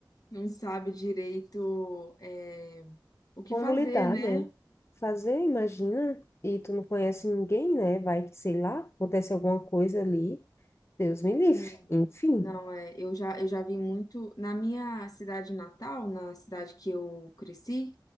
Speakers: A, on the left; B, on the left.
A: não sabe direito é, o que
B: Como
A: fazer,
B: lidar,
A: né?
B: né? Fazer, imagina. E tu não conhece ninguém, né? Vai que, sei lá, acontece alguma coisa ali. Deus me livre.
A: Sim.
B: Enfim.
A: Não, é, eu já, eu já vi muito. Na minha cidade natal, na cidade que eu cresci,